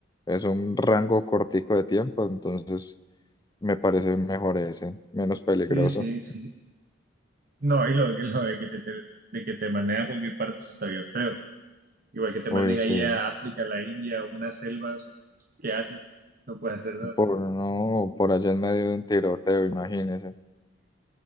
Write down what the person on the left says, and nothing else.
Es un rango cortico de tiempo, entonces me parece mejor ese, menos peligroso.
Uy,
sí,
por no, por allá en medio de un tiroteo, imagínese.